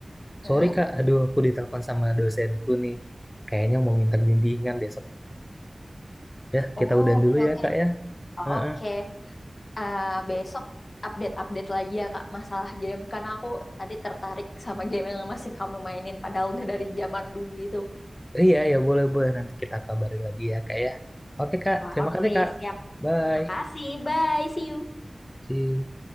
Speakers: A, on the left; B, on the left.
A: Mm-mm.
B: Sorry Kak, aduh aku ditelepon sama dosenku nih. Kayaknya mau minta bimbingan besok. Ya,
A: Oh,
B: kita udahan
A: Oke,
B: dulu
A: oke.
B: ya Kak ya.
A: Oke.
B: Heeh.
A: Eh, besok update-update lagi ya Kak masalah game karena aku tadi tertarik sama game yang masih kamu mainin padahal udah dari zaman dulu itu.
B: Iya, ya boleh-boleh. Nanti kita kabari lagi ya Kak ya. Oke Kak, terima
A: Oke,
B: kasih Kak.
A: siap.
B: Bye.
A: Makasih. Bye. See you.
B: See you.